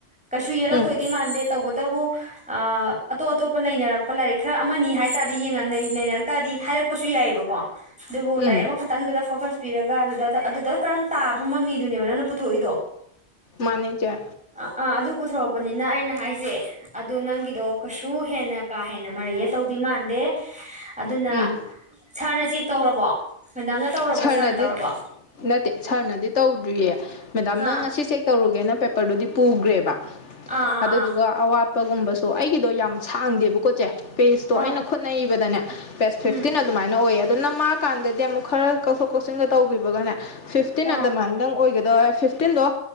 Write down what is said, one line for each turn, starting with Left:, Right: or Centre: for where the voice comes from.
Centre: ꯀꯩꯁꯨ ꯌꯦꯜꯂꯛꯇꯣꯏꯗꯤ
Left: ꯎꯝ
Centre: ꯃꯥꯟꯗꯦ ꯇꯧꯕ ꯇꯕꯨ ꯑ ꯑꯇꯣꯞ- ꯑꯇꯣꯞꯄ ꯅꯩꯅꯔꯛꯄ ꯂꯥꯏꯔꯤꯛ ꯈꯔ ꯑꯃꯅꯤ ꯍꯥꯏ ꯇꯥꯔꯗꯤ ꯌꯦꯔꯛ ꯇꯥꯔꯗꯤ ꯍꯥꯏꯔꯛꯄꯁꯨ ꯌꯥꯏꯑꯕꯀꯣ ꯑꯗꯨꯕꯨ ꯂꯥꯏ
Left: ꯎꯝ
Centre: ꯑꯃꯈꯛꯇꯪꯗꯨꯗ ꯐꯣꯀꯁ ꯄꯄꯤꯔꯒ ꯑꯗꯨꯗ ꯑꯗꯨꯗꯛꯇꯪ ꯇꯥꯕ ꯃꯃꯤꯗꯨꯅꯦꯕ ꯅꯪꯅ ꯄꯨꯊꯣꯛꯏꯗꯣ꯫
Left: ꯃꯥꯅꯦ ꯆꯦ
Centre: ꯑ ꯑꯥ ꯑꯗꯨ ꯄꯨꯊꯣꯔꯛꯄꯅꯤꯅ ꯑꯩꯅ ꯍꯥꯏꯁꯦ ꯑꯗꯨ ꯅꯪꯒꯤꯗꯣ ꯀꯩꯁꯨ ꯍꯦꯟꯅ ꯀꯥ ꯍꯦꯟꯅ ꯃꯔꯩꯌꯦ ꯇꯧ ꯃꯥꯟꯗꯦ ꯑꯗꯨꯅ
Left: ꯎꯝ
Centre: ꯁꯥꯔꯅ ꯆꯦꯛ ꯇꯧꯔꯕꯣ ꯃꯦꯗꯥꯝꯅ ꯇꯧꯔꯕꯣ
Left: ꯁꯥꯔꯅꯗꯤ
Centre: ꯁꯥꯔꯅ ꯇꯧꯔꯕꯣ
Left: ꯅꯠꯇꯦ ꯁꯥꯔꯅꯗꯤ ꯇꯧꯗ꯭ꯔꯤꯌꯦ ꯃꯦꯗꯥꯝꯅ
Centre: ꯑꯥ
Left: ꯉꯁꯤ ꯆꯦꯛ ꯇꯧꯔꯨꯒꯦꯅ ꯄꯦꯄꯔꯗꯨꯗꯤ ꯄꯨꯒ꯭ꯔꯦꯕ
Centre: ꯑꯥ ꯑꯥ
Left: ꯑꯗꯨꯗꯨꯒ
Centre: ꯑꯥ
Left: ꯑꯋꯥꯠꯄꯒꯨꯝꯕꯁꯨ ꯑꯩꯒꯤꯗꯣ ꯌꯥꯝ ꯁꯥꯡꯗꯦꯕꯀꯣ ꯆꯦ ꯄꯦꯖꯇꯣ
Centre: ꯑꯥ
Left: ꯑꯩꯅ ꯈꯨꯠꯅ ꯏꯕꯗꯅꯦ ꯄꯦꯖ ꯐꯤꯞꯇꯤꯟ
Centre: ꯎꯝ
Left: ꯑꯗꯨꯃꯥꯏꯅ ꯑꯣꯏꯌꯦ ꯑꯗꯨꯅ ꯃꯥ ꯀꯥꯟꯗꯗꯤ ꯑꯃꯨꯛ ꯈꯔ ꯀꯛꯊꯣꯛ ꯀꯣꯛꯁꯤꯟꯒ ꯇꯧꯈꯤꯕꯒꯅꯦ ꯐꯤꯐꯇꯤꯟ
Centre: ꯑꯥ
Left: ꯑꯗꯨꯃꯥꯏꯅꯗꯪ ꯑꯣꯏꯒꯗꯧ ꯐꯤꯐꯇꯤꯟꯗꯣ